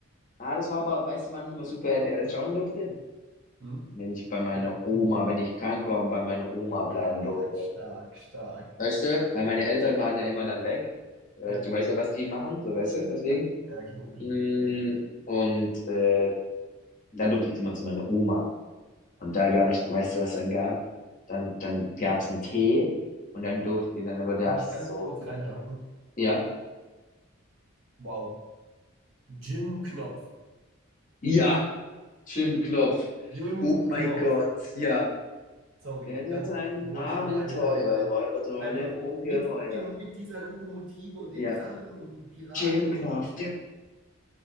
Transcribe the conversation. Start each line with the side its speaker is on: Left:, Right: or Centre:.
Left: Ah, das war aber, weißt du, wann ich immer Super RTL schauen durfte?
Right: Hm?
Left: Wenn ich bei meiner
Right: Bei der
Left: Oma,
Right: Oma.
Left: wenn ich krank war und bei meiner Oma bleiben
Right: Stark,
Left: durfte.
Right: stark, stark.
Left: Weißt du, weil meine Eltern waren ja immer dann weg. Äh,
Right: Ja,
Left: Du weißt ja, was die machen, so weißt du, deswegen.
Right: ja, ja, logisch.
Left: Mm, Und äh, dann durfte ich immer zu meiner Oma. Und da gab ich, weißt du, was dann gab? Dann, dann gab es einen Tee und dann durfte, und dann wurde
Right: Darf ich
Left: es
Right: ganz
Left: so,
Right: kurz reinhaken?
Left: ja,
Right: Wow. Jim Knopf.
Left: ja, Schwimmknopf.
Right: Jim
Left: Oh mein
Right: Knopf.
Left: Gott, ja.
Right: Sorry,
Left: Werde
Right: ganz
Left: dein
Right: kurz. Ich wollte
Left: Abenteuer,
Right: es nur reinwerfen, weil
Left: Räuberdröhne,
Right: einfach
Left: Ungeheuer.
Right: mit dem, mit dieser Lokomotive und
Left: Ja.
Right: den Drachen und den Piraten
Left: Jim Knopf.
Right: und.